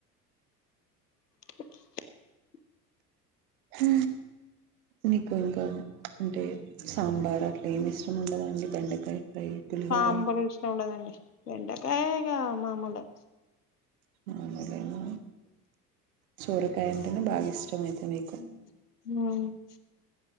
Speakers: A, on the left; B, on the right.
A: <inaudible>
B: హ నీకు ఇంకా అంటే సాంబార్ అట్లా ఏమి ఇష్టం ఉండదండి బెండకాయ ఫ్రై పులిహోర
A: సాంబార్ ఇష్టం ఉండదండి బెండకాయ ఇగ మామొలే
B: అవును లెండి సోరకాయ అంటేనే బాగా ఇష్టం అయితే
A: హ
B: మీకు